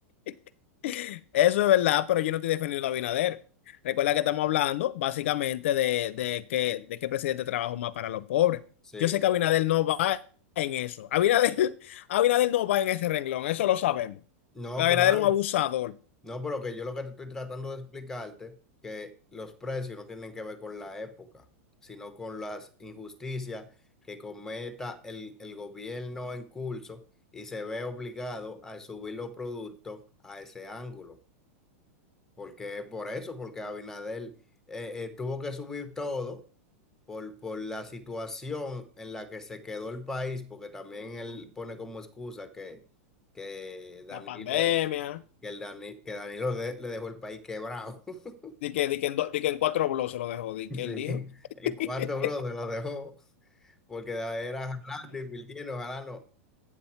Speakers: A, on the left (about 55°); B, in the centre.
A: <laughs> eso es verdad, pero yo no estoy defendiendo a Abinader. Recuerda que estamos hablando básicamente de, de que, de qué presidente trabaja más para los pobres.
B: Sí.
A: Yo sé que Abinader no va en eso. Abinader, <laughs> Abinader no va en ese renglón, eso lo sabemos.
B: No,
A: Abinader
B: claro.
A: es un abusador.
B: No, pero que yo lo que te estoy tratando de explicarte, que los precios no tienen que ver con la época, sino con las injusticias que cometa el, el gobierno en curso y se ve obligado a subir los productos a ese ángulo. Porque es por eso, porque Abinader eh, eh, tuvo que subir todo por, por la situación en la que se quedó el país, porque también él pone como excusa que, que Danilo
A: La pandemia.
B: que, el Dani- que Danilo de- le dejó el país quebrado. <laughs>
A: Di que, di que, en, do- di que en cuatro blogs se lo dejó, di
B: Sí,
A: que él dijo. <laughs>
B: en cuatro bloques lo dejó, porque era jalando, invirtiendo, jalando.